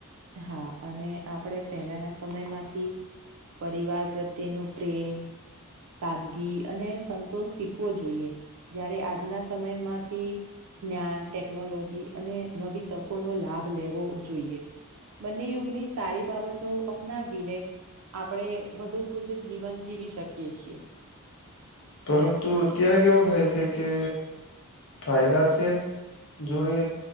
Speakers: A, on the right (about 70°); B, on the left (about 60°).
A: હા અને આપણેે પહેલાના સમયમાંથી પરિવાર પ્રત્યે નો પ્રેમ સાદગી અને સંતોષ શીખવો જોઈએ, જ્યારે આજના સમયમાંથી જ્ઞાન, ટેકનોલોજી અને નવી તકો નો લાભ લેવો જોઈએ. બંને યુગની સારી બાબતો અપનાવી ને આપડે વધુ ખુશ જીવન જીવી શકીએ છીએ.
B: પરંતુ અત્યારે કેવું થાય છે કે, ફાયદા છે? જોડે